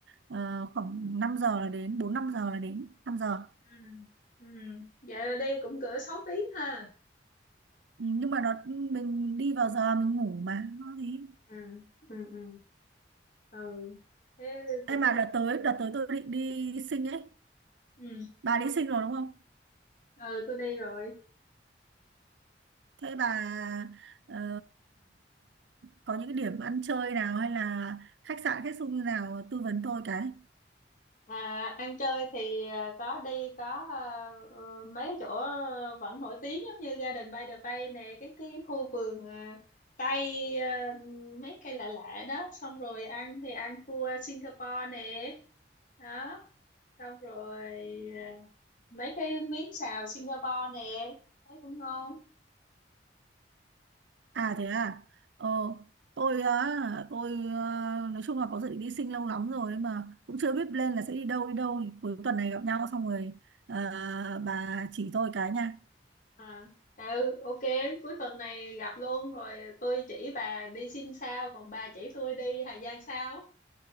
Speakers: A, on the right; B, on the left.
A: ờ, khoảng 5 giờ là đến 4 5 giờ là đến năm giờ
B: ừ ừ vậy là đi cũng cỡ sáu tiếng ha
A: Ừ, nhưng mà đợt ừ, mình đi vào giờ mình ngủ mà nó gì
B: ừ ừ ừ ừ thế cũng
A: em mà
B: ok
A: đợt tới đợt tới tôi định đi sinh ấy
B: ừ
A: bà đi sinh rồi đúng không
B: ừ tôi đi rồi
A: thế bà ờ, có những cái điểm ăn chơi nào hay là khách sạn khách sung như nào tư vấn tôi cái
B: À, ăn chơi thì à, có đi có à, ờ, mấy chỗ vẫn nổi tiếng giống như Garden by the Bay nè cái cái khu vườn à, cây à, mấy cây lạ lạ đó xong rồi ăn thì ăn cua Singapore nè đó xong rồi à, mấy cái miếng xào Singapore nè thấy cũng ngon
A: à thế à ờ tôi á tôi ờ, nói chung là có dự định đi sinh lâu lắm rồi nhưng mà cũng chưa biết lên là sẽ đi đâu đi đâu cuối tuần này gặp nhau xong rồi ờ, bà chỉ tôi cái nha
B: à ừ ok cuối tuần này gặp luôn rồi tôi chỉ bà đi Sing sao còn bà chỉ tôi đi Hà Giang sao